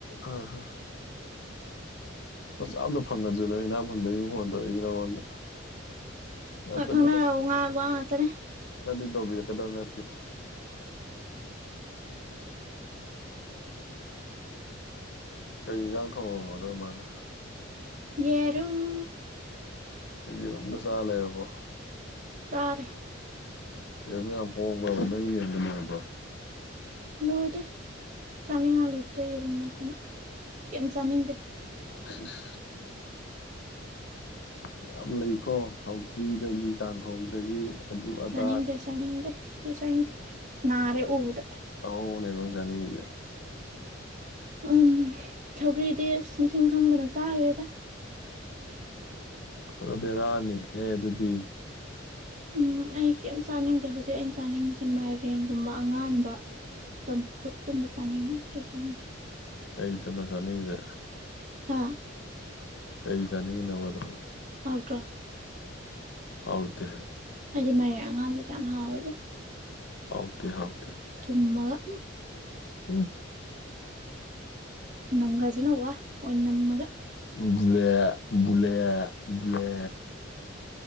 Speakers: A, on the left (about 60°); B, on the right (about 40°).
A: ꯑꯥ ꯍꯥ ꯂꯨꯄꯥ ꯆꯥꯝꯃꯗ ꯐꯪꯉꯁꯨꯅ ꯏꯅꯥꯛ ꯈꯨꯟꯕꯩꯅꯦ ꯐꫭꯟ ꯇꯧꯏꯁꯦ ꯅꯪꯑꫭꯟꯗ ꯅꯠꯇꯔꯗꯤ
B: ꯍꯣꯏ ꯈꯪꯅꯔꯕ
A: ꯇꯥꯎꯕꯤ ꯅꯠꯇꯔꯗꯤ
B: ꯉꯥ ꯋꯥ ꯉꯥꯛꯇꯅꯦ
A: ꯇꯥꯎꯕꯤꯔꯥꯛꯀꯗꯨꯕ ꯅꯠꯇꯦ ꯀꯩ ꯌꯦꯟꯖꯥꯡ ꯊꫭꯡꯉꯕ ꯅꯣꯏ ꯃꯥꯅ
B: ꯌꯦꯔꯨꯝ
A: ꯌꯦꯔꯨꯝꯗ ꯆꯥ ꯂꯩꯔꯕꯣ
B: ꯆꯔꯦ
A: ꯌꯦꯔꯨꯝ ꯌꯥꯝ ꯍꯣꯡꯕ꯭ꯔꯕ ꯅꯣꯏ ꯌꯦꯟ ꯂꯣꯏꯕ꯭ꯔꯣ
B: ꯂꯣꯏꯗꯦ ꯆꯥꯅꯤꯡꯉꯥꯏ ꯂꯩꯇ꯭ꯔꯦ ꯌꯦꯔꯨꯝ ꯅꯠꯇꯅ
A: ꯑꫭ
B: ꯀꯩꯝ ꯆꯥꯅꯤꯡꯗꯦ
A: ꯏꯁ ꯏꯁ <unintelligible> ꯌꯥꯝ ꯂꯩꯀꯣ ꯁꯧꯒ꯭ꯔꯤꯗꯒꯤ ꯀꯥꯡꯍꯧꯗꯒꯤ ꯑꯗꯨ ꯑꯗꯥ
B: ꯆꯅꯤꯡꯗꯦ ꯆꯅꯤꯡꯗꯦ ꯑꯗꯨ ꯆꯅꯤꯡꯗꯦ ꯅꯥꯔꯦ ꯎꯕꯗ
A: ꯑꯍꯧꯕꯅꯦꯕ ꯅꯪ ꯆꯅꯤꯡꯉꯤꯁꯦ
B: ꯎꯝ ꯁꯧꯒ꯭ꯔꯤꯗꯤ ꯑꯁ ꯃꯁꯤꯡ ꯈꯪꯗꯅ ꯆꯥꯈ꯭ꯔꯦꯗ
A: ꯄꯨꯔ ꯕꯦꯔꯥꯅꯤꯍꯦ ꯑꯗꯨꯗꯤ
B: ꯎꯝ ꯑꯩ ꯀꯩꯝ ꯆꯥꯅꯤꯡꯗꯦ ꯍꯧꯖꯤꯛ ꯑꯩꯅ ꯆꯥꯅꯤꯡꯉꯤꯁꯦ ꯃꯥꯏꯔꯦꯟꯒꯨꯝꯕ ꯑꯉꯥꯟꯕ ꯆꯥꯝꯐꯨꯠ ꯀꯨꯝꯕ ꯆꯥꯅꯤꯡꯉꯦ ꯑꯇꯩ ꯆꯥꯅꯤꯡꯗꯦ
A: ꯑꯩꯇꯅ ꯆꯅꯤꯡꯏꯁꯦ
B: ꯍꯥ
A: ꯀꯩ ꯆꯥꯅꯤꯡꯉꯤꯅꯣꯕ ꯑꯗꯣ
B: ꯍꯥꯎꯇ꯭ꯔꯣ
A: ꯍꯥꯎꯇꯦ
B: ꯑꯩꯗꯤ ꯃꯔꯦꯛ ꯑꯉꯥꯡꯕꯁꯦ ꯌꯥꯝ ꯍꯥꯎꯋꯦꯕꯣ
A: ꯍꯥꯎꯇꯦ ꯍꯥꯎ
B: ꯊꯨꯝꯃꯒ ꯎꯝ
A: ꯎꯝ
B: ꯅꯝꯒꯁꯤꯅ ꯋꯥ ꯑꯣꯏꯅꯝꯃꯒ
A: ꯕꯨꯂꯦ ꯕꯨꯂꯦ ꯕꯨꯂꯦ